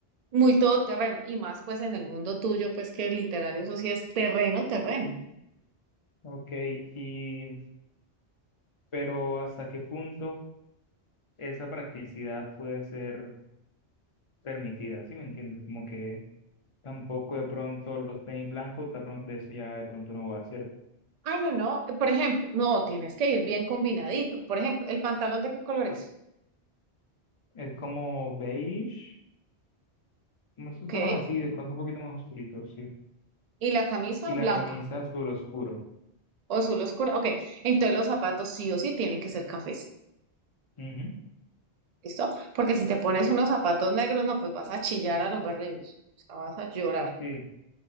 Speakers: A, on the right (about 50°); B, on the left (about 35°).
A: muy todoterreno, y más pues en el mundo tuyo, pues que literal eso sí es terreno, terreno.
B: Ok, y, pero ¿hasta qué punto esa practicidad puede ser permitida? ¿Sí me entiendes? Como que tampoco de pronto los tenis blancos, de pro- de eso ya de pronto no va, ¿cierto?
A: Ay, no, no. eh, Por ejemplo, no, tienes que ir bien combinadito. Por ejemplo, ¿el pantalón de qué color es?
B: Es como beige, como esos
A: ¿Ok?
B: tonos así, de pronto un poquito más oscuritos, ¿sí?
A: ¿Y la camisa
B: Y
A: blanca
B: la camisa azul oscuro.
A: o azul oscura? Ok. Entonces los zapatos sí o sí tienen que ser cafés.
B: Ujú,
A: ¿Listo? Porque si te pones unos zapatos negros, no, pues vas a chillar a los berridos. O sea, vas a llorar.
B: Sí,